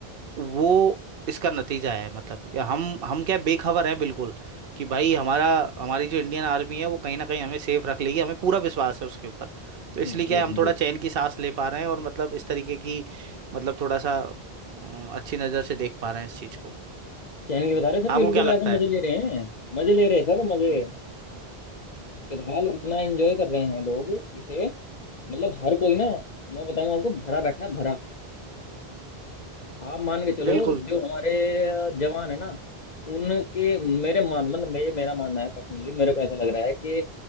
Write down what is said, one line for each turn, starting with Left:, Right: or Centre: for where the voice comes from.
Right: वो इसका नतीजा है मतलब या हम हम क्या बेखबर हैं बिल्कुल कि भाई हमारा हमारी जो इंडियन आर्मी है वो कहीं ना कहीं हमें सेफ रख लेगी हमें पूरा विश्वास है उसके ऊपर तो इसलिए
Left: हम्म, जी
Right: क्या है
Left: बिल्कुल
Right: हम थोड़ा चैन की सांस ले पा रहे हैं और मतलब इस तरीके की मतलब थोड़ा सा अम, अच्छी नज़र से देख पा रहे हैं इस चीज़ को
Left: क्या इनके बता रहे हैं सर
Right: आपको
Left: बिल्कुल
Right: क्या लगता
Left: ऐसा
Right: है
Left: मजे ले रहे हैं मजे ले रहे हैं सर मजे
Right: हम्म
Left: फिलहाल इतना एंजॉय कर रहे हैं लोग इसे मतलब हर कोई ना मैं बताऊंगा आपको भरा बैठा है भरा आप मान के चलो
Right: बिल्कुल
Left: जो हमारे जवान है ना उनके मेरे मान मतलब मैं मेरा मानना है पर्सनली मेरे को ऐसा लग रहा है कि